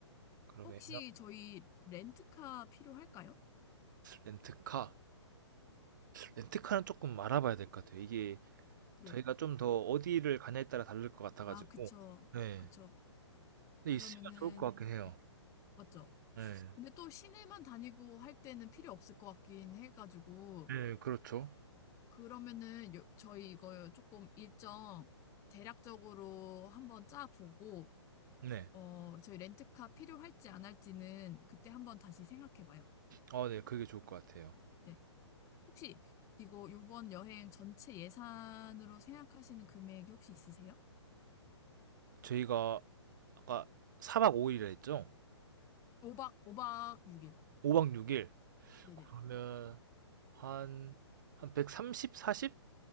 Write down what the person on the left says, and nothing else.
혹시 저희 렌트카 필요할까요?
네.
아,
그쵸.
그쵸.
그러면은,
네, 맞죠?
근데 또 시내만 다니고 할 때는 필요 없을 것 같긴 해가지고,
그러면은 요, 저희 이거 조금 일정 대략적으로 한번 짜보고,
어, 저희 렌트카 필요할지 안 할지는 그때 한번 다시 생각해봐요.
네. 혹시 이거 이번 여행 전체 예산으로 생각하시는 금액이 혹시 있으세요?
5박, 오박 6일.
네네.